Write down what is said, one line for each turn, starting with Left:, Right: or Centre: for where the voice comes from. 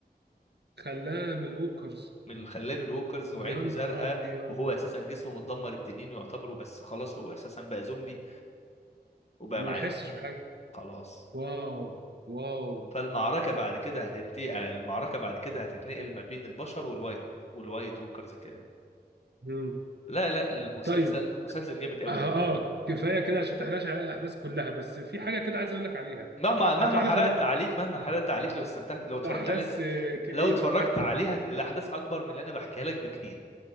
Right: خلاها من الوكرز
Left: من خلاه من الووكرز وعينه
Right: يا نهار
Left: زرقاء
Right: ابيض
Left: وهو اساسا جسمه متدمر التنين يعتبره بس خلاص هو اساسا بقى زومبي وبقى
Right: ما
Left: معاه
Right: يحسش بحاجه
Left: خلاص
Right: واو واو
Left: فالمعركة بعد كده هتنتقل المعركة بعد كده هتتنقل ما بين البشر والوايت والوايت ووكرز كده
Right: مم.
Left: لا لا المسلسل
Right: طيب
Left: مسلسل جامد قوي
Right: اه
Left: قوي
Right: آه، كفايه كده عشان تحرقش على الاحداث كلها بس في حاجه كده عايز اقول لك عليها
Left: مهما مهما
Right: آه، تعرف
Left: حرقت
Right: ان
Left: عليك مهما حرقت عليك لو استمتعت لو
Right: الاحداث
Left: اتفرجت عليها ت-
Right: آه، كبيره
Left: لو اتفرجت
Right: <laughs>
Left: عليها ت- الاحداث اكبر من اللي انا بحكيها لك بكتير